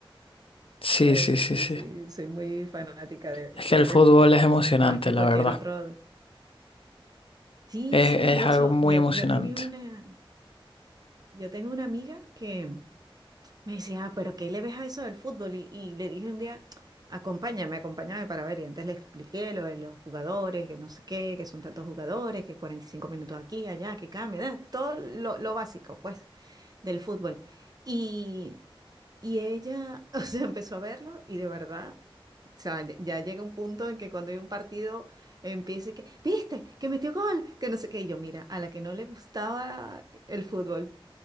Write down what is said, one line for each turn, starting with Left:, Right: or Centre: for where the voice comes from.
Left: Sí,
Right: Pero
Left: sí, sí,
Right: sí,
Left: sí.
Right: sí, soy muy fanática de,
Left: Es que
Right: de
Left: el
Right: ver
Left: fútbol
Right: el fútbol,
Left: es emocionante,
Right: más que
Left: la
Right: cualquier
Left: verdad.
Right: otro. Sí,
Left: Es,
Right: sí,
Left: es
Right: de hecho,
Left: algo muy
Right: yo,
Left: emocionante.
Right: yo tenía una, yo tengo una amiga que, me decía, ah, pero ¿qué le ves a eso del fútbol? Y, y le dije un día, acompáñame, acompáñame para ver. Y antes le expliqué lo de los jugadores, que no sé qué, que son tantos jugadores, que 45 minutos aquí, allá, que cambia, da, todo lo, lo básico, pues, del fútbol. Y, y ella, <laughs> o sea, empezó a verlo y de verdad, o sea, ya, ya llega un punto en que cuando hay un partido empieza y que, ¿viste? Que metió gol, que no sé qué. Y yo, mira, a la que no le gustaba el fútbol.